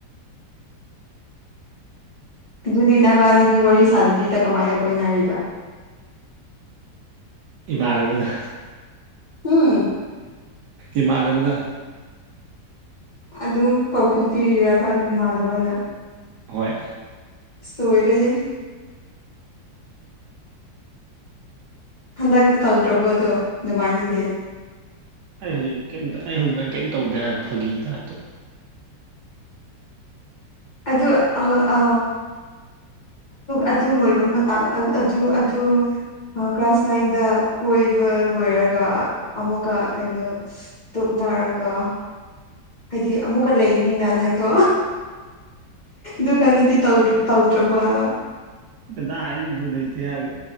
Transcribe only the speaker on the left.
ꯑꯗꯨꯗꯤ ꯅꯕꯥꯅꯤꯕꯤ ꯋꯥꯔꯤ ꯁꯥꯗꯕꯤꯗ ꯀꯃꯥꯏꯅ ꯀꯣꯏꯅꯔꯤꯕ
ꯎꯝ
ꯑꯗꯨꯝ ꯄꯥꯎꯈꯨꯝ ꯄꯤꯕꯤꯔꯕ ꯅꯃꯥꯟꯅꯕꯅ
ꯑꯁ ꯂꫭꯏꯔ‌ꯦꯍꯦ꯫ ꯍꯟꯗꯛꯀꯤ ꯇꯧꯗ꯭ꯔꯕꯗꯣ ꯑꯗꯨꯃꯥꯏꯅꯗꯤ
ꯑꯗꯨ ꯑꯍ ꯑ ꯑꯗꯨ ꯂꯣꯏꯕ ꯃꯇ ꯑꯗꯨ ꯑꯗꯨ ꯀ꯭ꯂꯥꯁ ꯅꯥꯏꯟꯗ ꯀꯣꯏꯕ ꯂꯣꯏꯔꯒ ꯑꯃꯨꯛꯀ ꯀꯩꯅꯣ ꯇꯨꯞꯅꯔꯒ ꯍꯥꯏꯗꯤ ꯑꯃꯨꯛꯀ ꯂꯩꯔꯤꯅꯤꯅ ꯅꯪꯗꯣ ꯗꯨꯀꯥꯟꯗꯗꯤ ꯇꯧ ꯇꯧꯗ꯭ꯔꯕꯣ ꯍꯥꯕ